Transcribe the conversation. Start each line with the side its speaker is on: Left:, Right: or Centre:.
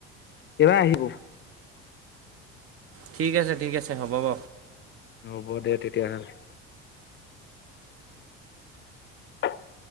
Left: কেবাৰ আহিব
Right: ঠিক আছে ঠিক আছে এ হ'ব ব
Left: হ'ব দে তেতিয়াহ'লে <inaudible>